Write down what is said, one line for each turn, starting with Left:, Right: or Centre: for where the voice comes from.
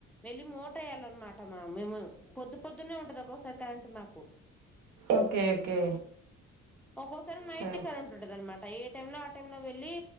Centre: వెళ్లి మోటర్ ఏయాలన్నమాట. మా మేము పొద్దు పొద్దునే ఉంటది. ఒసారి, కరెంట్ మాకు..
Right: ఓకే, ఓకే.
Centre: ఒక్కోసారి నైట్
Right: సరే
Centre: కరెంట్ ఉంటదనమాట, ఏ టైం లో ఆ టైం లో వెళ్లి..